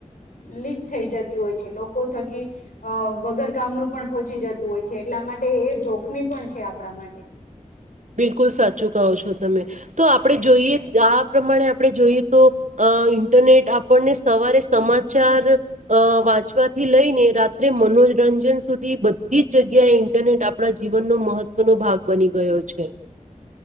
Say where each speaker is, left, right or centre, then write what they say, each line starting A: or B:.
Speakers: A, on the left; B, on the right.
A: લીક થઈ જતી હોય છે લોકો થકી અ વગર કામનું પણ પહોંચી જતું હોય છે એટલા માટે એ જોખમી પણ છે આપણા માટે
B: બિલકુલ સાચું કહો છો તમે તો આપણેે જોઈએ આ પ્રમાણે આપણે જોઈએ તો ઇન્ટરનેટ આપણને સવારે સમાચાર અ વાંચવાથી લઈને રાત્રે મનોરંજન સુધી બધી જગ્યાએ ઇન્ટરનેટ આપણા જીવનનો મહત્વનોો ભાગ બની ગયો છે.